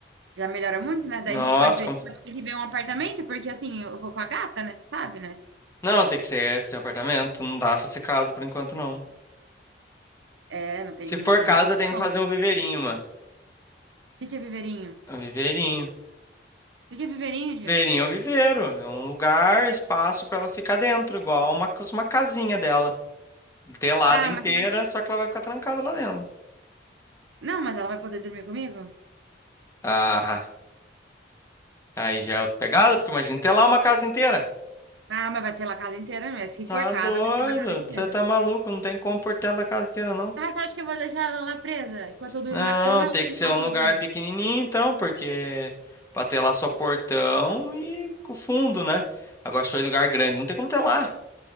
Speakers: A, on the right; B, on the left.
A: Já melhora muito, né? Daí
B: Nossa,
A: a gente pode ver,
B: como...
A: pode ter que ver um apartamento, porque assim, eu vou com a gata, né? Você sabe, né?
B: não, tem que ser seu apartamento, não dá pra ser casa por enquanto não.
A: É, não tem,
B: Se
A: não
B: for
A: tem
B: casa,
A: nem condição.
B: tem que fazer
A: O
B: um viveirinho, mano.
A: que que é viveirinho?
B: Um viveirinho.
A: O que que é viveirinho, Diego?
B: Viveirinho é um viveiro, é um lugar, espaço pra ela ficar dentro, igual uma, uma casinha dela, telada
A: Ah,
B: inteira,
A: mas
B: só que ela vai ficar trancada lá dentro.
A: não, mas ela vai poder dormir comigo?
B: Ah. Aí já é outra pegada, porque imagina ter lá uma casa inteira.
A: Ah, mas vai ter lá a casa inteira mesmo. Se
B: Tá
A: for casa,
B: doido,
A: vai ter lá a casa inteira.
B: você tá maluco, não tem como pôr tela a casa inteira, não.
A: Ah, você acha que eu vou deixar ela lá presa? Enquanto eu durmo
B: Não,
A: na cama, ela
B: tem
A: vai
B: que ser um
A: lá sozinha.
B: lugar pequenininho então, porque pra ter lá só portão e o fundo, né? Agora se for lugar grande, não tem como ter lá.